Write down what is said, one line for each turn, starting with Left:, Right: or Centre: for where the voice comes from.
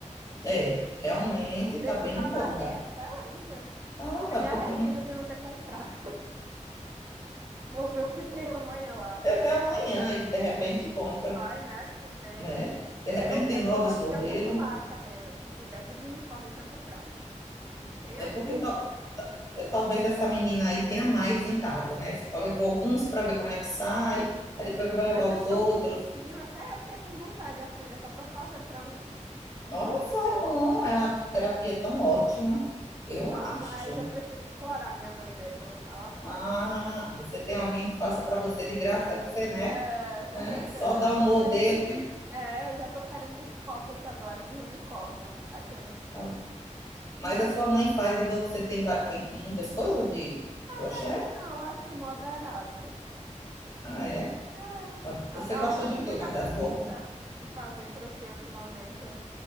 Left: É, realmente
Right: O preço
Left: está bem
Right: tava
Left: em conta.
Right: excelente.
Left: Ah,
Right: Até
Left: vai
Right: me arrependo
Left: porque um...
Right: de não ter comprado. <laughs> Vou ver o que tem amanhã lá
Left: Você
Right: pra
Left: vê
Right: ver.
Left: amanhã e de repente compra,
Right: Vai, né, que se tem.
Left: né? De repente
Right: É o,
Left: tem
Right: é o
Left: novos
Right: que eu gosto
Left: modelos.
Right: de acumular, chaveiro. Se tivesse o de unicórnio, eu tinha comprado. Não tenha
Left: É
Right: dúvidas.
Left: porque tal- é, talvez essa menina aí tenha mais em casa, né? Só levou alguns para ver como é que sai, aí depois vai
Right: Mas
Left: levar os
Right: é tão
Left: outros.
Right: bonitinho. Até eu fiquei com vontade de aprender só pra fazer pra mim. Os
Left: Olha
Right: de unicórnio.
Left: só, é bom, é uma terapia tão ótima, eu
Right: Não,
Left: acho.
Right: mas eu prefiro explorar minha mãe mesmo. Ela faz.
Left: Ah, você tem alguém que faça para você de graça, você, né?
Right: É, com
Left: É,
Right: certeza.
Left: e só dá
Right: Já tô
Left: o modelo.
Right: querendo um. É, eu já tô querendo um pocket agora do unicórnio. Achei muito bom.
Left: Então.
Right: Lindíssimo.
Left: Mas a sua mãe faz e você tem, ba- tem muitas coisas de
Right: Ah,
Left: crochê?
Right: tá que não, acho que moderado.
Left: Ah, é?
Right: É. Ela
Left: Você
Right: ela
Left: gosta
Right: tá
Left: de
Right: com
Left: quê?
Right: muita
Left: Mais
Right: preguiça
Left: das roupas?
Right: de fazer crochê ultimamente.